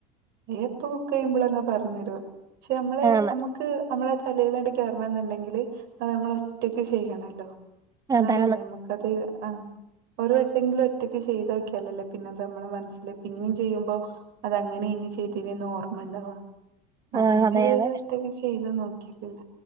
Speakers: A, on the right (about 55°); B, on the right (about 15°).
A: ഇനിപ്പകുക്കെയഴുമ്പോങ്ങ്പറഞെരും പക്ഷെനമ്മള്നമ്മക്ക്
B: ആണ്
A: നമ്മളെതലയിലണ്ട്കേയറണന്ന്ണ്ടെങ്കില് അത് നമ്മളൊറ്റക്ക് ചെയ്യണല്ലോന്നാല്ലല്ലേമ്മ
B: അതാണ്
A: അത്ആഹ് ഒരുവട്ടെങ്കിലുംഒറ്റയ്ക്ക് ചെയ്തൊക്യാലല്ലേപിന്നെത് നമ്മെളെമനസ്സില് പിന്നിംചെയ്യുമ്പോ അതങ്ങനെഇച തിന്നോർമ്മണ്ടവാഅങ്ങനെ
B: ആഹ് അതെ
A: ഇതുവരെഒറ്റക്ക്ചെയ്ത്
B: അതെ
A: നോക്കിട്ടില്ല